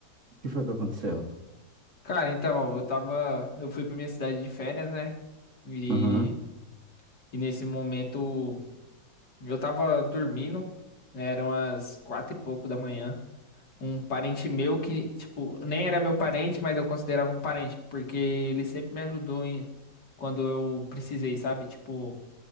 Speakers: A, on the right (about 40°); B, on the left (about 60°).
A: O que foi que aconteceu?
B: Cara, então, eu tava. Eu fui pra minha cidade de férias, né? E,
A: Aham,
B: e nesse momento eu tava dormindo, eram as quatro e pouco da manhã. Um parente meu que, tipo, nem era meu parente, mas eu considerava um parente, porque ele sempre me ajudou em, quando eu precisei, sabe? Tipo,